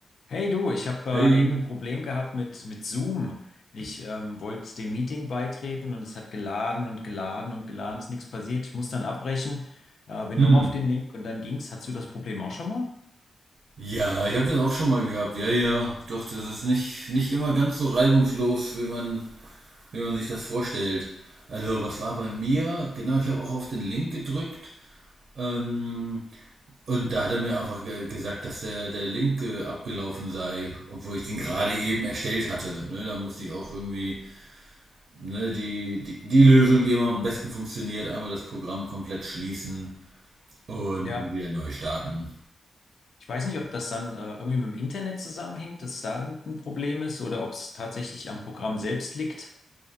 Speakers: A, on the left; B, on the right.
A: Hey du, ich habe
B: Hey.
A: äh, eben ein Problem gehabt mit, mit Zoom. Ich ähm, wollte dem Meeting beitreten und es hat geladen und geladen und geladen, ist nichts passiert. Ich muss dann abbrechen, äh, bin
B: Hm.
A: nochmal auf den Link und dann ging's. Hattest du das Problem auch schon mal?
B: Ja, ich habe das auch schon mal gehabt. Ja, ja, doch, das ist nicht, nicht immer ganz so reibungslos, wie man, wie man sich das vorstellt. Also, was war bei mir? Genau, ich habe auch auf den Link gedrückt. Ähm, und da hat er mir einfach ge gesagt, dass der, der Link äh, abgelaufen sei, obwohl ich den gerade eben erstellt hatte. Ne, da musste ich auch irgendwie ne, die, die, die Lösung, die immer am besten funktioniert, einmal das Programm komplett schließen und,
A: Ja.
B: und wieder neu starten.
A: Ich weiß nicht, ob das dann äh, irgendwie mit dem Internet zusammenhängt, dass da irgendein Problem ist oder ob es tatsächlich am Programm selbst liegt.